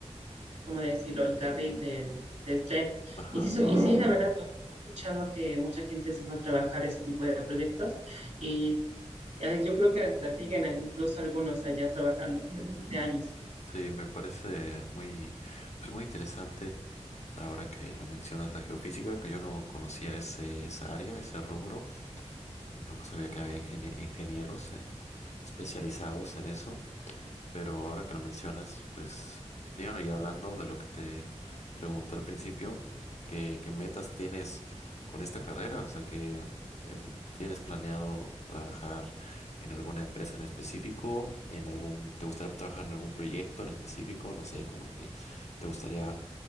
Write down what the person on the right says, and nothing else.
¿cómo decirlo?, el carril del, del tren.
Y sí, su- y sí, la verdad, pues, he escuchado que mucha gente se fue a trabajar ese tipo de proyectos y eh, yo creo que hasta siguen incluso algunos allá trabajando desde hace años.